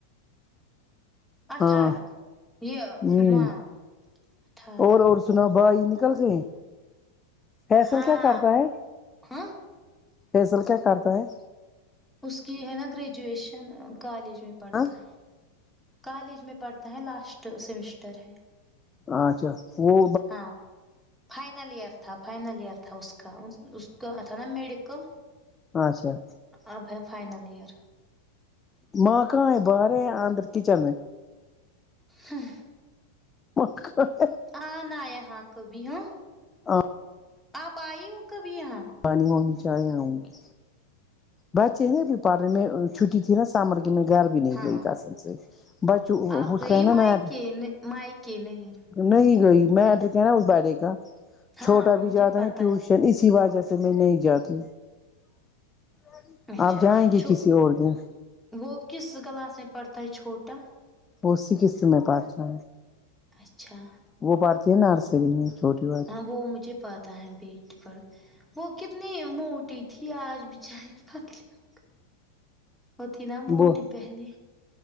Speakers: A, in the centre; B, on the left.
A: اٹھارہ
B: ہاں
A: یہ
B: ہوں
A: ہاں اٹھارہ
B: اور اور سناو بھائی نکل گئے فیصل
A: ہاں
B: کیا کرتا ہے
A: ہاں
B: فیصل کیا کرتا ہے
A: اس کی ہے نا گریجویشن کالج میں پڑھتا
B: ہاں
A: ہے کالج میں پڑھتا ہے لاسٹ سیمسٹر ہے
B: اچھا وہ
A: ہاں فائنل ایئر تھا فائنل ایئر تھا اس کا اس کا تھا نا میڈیکل
B: اچھا
A: اب ہے فائنل ایئر
B: ماں کہاں ہے باہر ہے یا اندر کچن مے
A: ہوں
B: ہ ہ ہ
A: آ ناں یہاں کبھی ہوں
B: آ
A: آپ آئی ہو کبھی یہاں
B: پانی ونی چائے آؤنگی بچے نی ابھی پڑرے میں چھٹی تھی نا سمر کے میں گھر بھی نہیں
A: ہاں
B: گئی قسم سے بچے
A: آپ
B: اس
A: گئی
B: کا ہے
A: مائکے
B: نا میں
A: مائکے نہیں
B: نہیں گئی میٹر کہ نا اس بارے کا
A: ہاں
B: چھوٹا
A: ہاں
B: بھی
A: مجھے
B: جاتا
A: پتا
B: ہے ٹیوشن اسی وجہ سے پھر میں نہیں جاتی <inaudible>
A: اچھا
B: جائیں گے
A: چھو
B: کسی اور دن
A: وہ کس کلاس میں پڑتا ہے چھوٹا
B: وہی قسے میں پارتا
A: اچھا
B: وہ پارتی ہے نر آرسری میں چھوٹی والی
A: ہاں وہ مجھے پاتا ہے بیٹی پڑھ وہ کتنی موٹی تھی آج بچاری پتلی ہوگی وہ تھی نا موٹی
B: وہ
A: پہلے